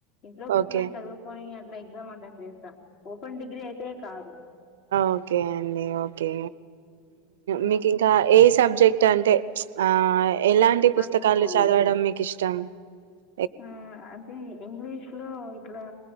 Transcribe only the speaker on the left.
ఇంట్లో కూర్చోని
చదువు ఓ గ ఇక్కడ రాసిన దానికి పైన ఆడియో లా ఉన్నదానికి పోలిక లేదు లేదు. ఏమన్నా ఎగ్జామ్ అటెండ్ చేసాను ఓపెన్ డిగ్రీ తేే కాదు
మ్మ్.
నాకు
ఆ అదే ఇంగ్లీష్ లో ఇట్లా